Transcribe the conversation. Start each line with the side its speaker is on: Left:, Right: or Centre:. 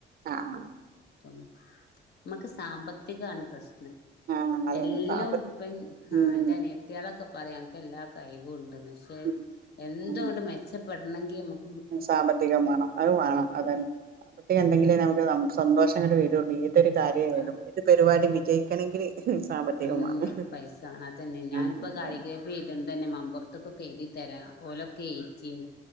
Right: ആഹ്
Left: അപ്പം നമ്മക്ക് സാമ്പത്തികാണ് പ്രശ് നം
Right: ആഹ് അതന്നെ
Left: എല്ലോം
Right: സാമ്പ
Left: ഇപ്പം
Right: ഉം
Left: ആഹ് ഇൻ്റെ അനിയത്തിയോളൊക്കെ പറയും അനക്ക് എല്ലാ കഴിവും ഉണ്ട് ണ്ട്ന്ന് പക്ഷെ
Right: ഉം
Left: എന്തു
Right: ആണ്.
Left: അങ്ങട്ട് മെച്ചപ്പെടണെങ്കി നമ്മക്ക്
Right: സാമ്പത്തികം വേണം അത് വേണം അതന്നെ സാമ്പത്തികം ഇണ്ടങ്കിലേ
Left: അതാണ്
Right: നമുക്ക് നമ് സന്തോഷം ഇങ്ങട് വരുള്ളൂ ഏതൊരു കാര്യായാലും
Left: അതാണ്
Right: ഏത് പരിപാടി വിജയിക്കണെങ്കില് സാമ്പത്തികം
Left: മുന്നക്ക്
Right: വേണം
Left: പൈസ വേണം അതന്നെ ഞാനിപ്പ
Right: ആഹ് അതന്നെ
Left: കാലിഗ്രാഫി എഴുതണതന്നെ മംമ്പുറ മ്പുറത്തൊക്കെ എഴുതി തരാം ഓലൊക്കെ ഏറ്റീനി